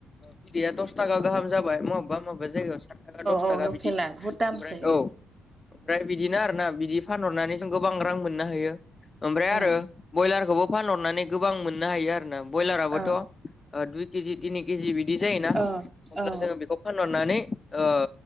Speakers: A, on the left; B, on the right.
A: बिदैया दस थाखा गाहाम जाबाय मबेबा मबेबा जायगायाव। दस
B: औ
A: थाखा
B: लकेला
A: बिदि
B: बुहुद
A: ओमफ्राय
B: दामसै
A: औ। ओमफ्राय बिदिनो आरो ना बिदि फानहरनानै जों गोबां रां मोननो हायो। ओमफ्राय
B: ओं
A: आरो बयलारखौबो फानहरनानै गोबां मोननो हायो आरोना ब्रयलाराबोथ'
B: औ
A: दुइ केजि तिनि केजि बिदि जायोना
B: औ
A: अब्ला
B: औ
A: जोङो बेखौ फानहरनानै ओ